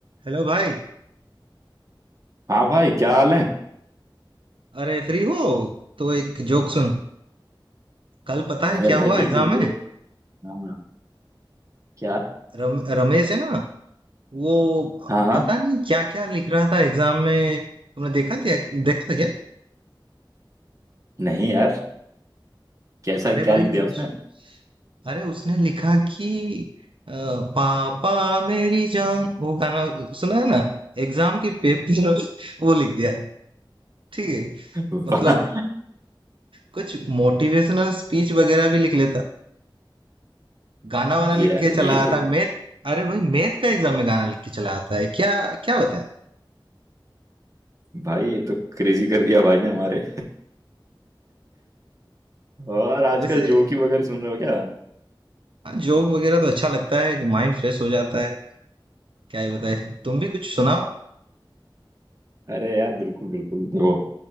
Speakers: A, on the right; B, on the right.
A: Hello भाई
B: हाँ भाई क्या हाल है
A: अरे free हो तो एक जोक सुन कल पता है
B: अरे
A: क्या
B: भाई
A: हुआ
B: बिल्कुल
A: एग्जाम
B: जोक
A: में
B: हाँ क्या
A: रम, रमेश है ना वो
B: हाँ हाँ
A: पता नहीं क्या क्या लिख रहा था एग्जाम में तुमने देखा था देखा था क्या
B: नहीं यार कैसा
A: अरे
B: क्या
A: भाई
B: लिख दिया
A: उस-
B: उसने
A: अरे उसने लिखा कि अ, पापा मेरी जान वो गाना सुना है ना एग्जाम के पेपर में वो लिख दिया ठीक है
B: <laughs> वाह
A: मतलब कुछ मोटिवेशनल स्पीच वगैरह भी लिख लेता गाना वाना
B: यार
A: लिख के चला
B: ये तो
A: आता है। मैथ अरे भाई मैथ का एग्जाम में गाना लिख के चला आता है क्या क्या बताएं
B: भाई ये तो क्रेजी कर दिया भाई ने हमारे और आजकल
A: वैसे
B: जोक ही वगैरह सुन रहे हो क्या
A: जोक वगैरह तो अच्छा लगता है माइंड फ्रेश हो जाता है क्या ही बताए तुम भी कुछ सुनाओ
B: अरे यार बिल्कुल बिल्कुल देखो